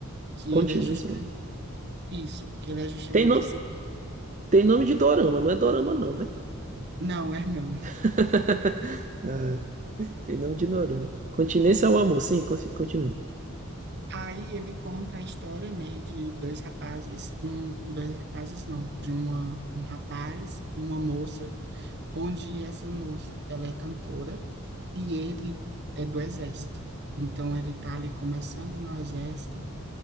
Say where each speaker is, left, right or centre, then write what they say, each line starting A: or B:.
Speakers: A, on the right; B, on the right.
A: que
B: Continua,
A: ele é justamente
B: seu nome.
A: isso, que ele é justamente
B: Tem, no,
A: assim.
B: tem nome de dorama, não é dorama não, né?
A: Não, é não.
B: <laughs> Ah, tem nome de dorama. Continência ao amor, sim, con- continue.
A: Aí ele conta a história, né, de dois rapazes, um, dois rapazes não, de uma, um rapaz e uma moça onde essa moça, ela é cantora e ele é do exército. Então ele tá ali começando no exército